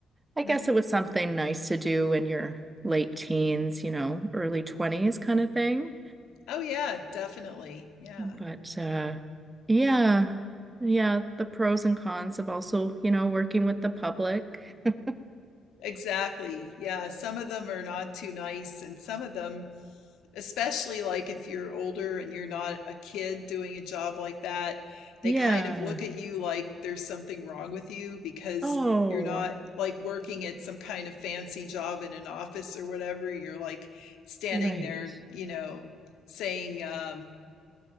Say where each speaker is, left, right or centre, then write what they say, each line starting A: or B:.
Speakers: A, on the right; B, on the left.
A: I
B: hmm
A: guess it was something nice to do in your late teens, you know, early 20s kind of thing.
B: Oh yeah, definitely. Yeah.
A: But uh yeah. Yeah, the pros and cons of also, you know, working with the public. <laughs>
B: Exactly. Yeah, some of them are not too nice, and some of them, especially like if you're older and you're not a kid doing a job like that, they
A: Yeah.
B: kind of look at you like there's something wrong with you because
A: Oh,
B: you're not like working at some kind of fancy job in an office or whatever. You're like standing
A: right.
B: there, you know, saying, um,